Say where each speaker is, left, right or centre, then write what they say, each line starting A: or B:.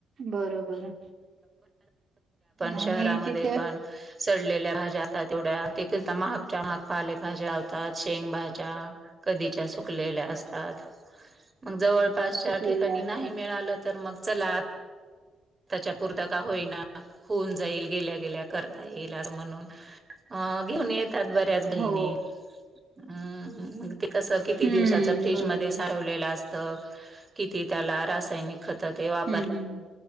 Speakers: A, on the right (about 45°); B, on the right (about 25°).
A: बरोबर.
B: शहरामध्ये
A: आणि तिथे
B: पण सडलेल्या भाज्या जाता तेवढ्या ते महागच्या महाग पालेभाज्या शेंग भाज्या, कधीच्या सुकलेल्या असतात. मग जवळपासच्या
A: सुकलेल्या
B: ठि काणी नाही
A: असतात
B: मिळालं तर मग चला आता पुरता का होईना होऊन जाईल. गेल्या गेल्या करता येईल अस म्हणून घेऊन य त्यात बऱ्याच गृहिणी
A: हो
B: हम्म ते कस किती
A: हम्म
B: दिवसाच फ्रीजमध्येध्ये
A: बरोबर
B: साठवलेलं असत. ती त्याला रासायनिक खत ते वापर
A: हम्म हम्म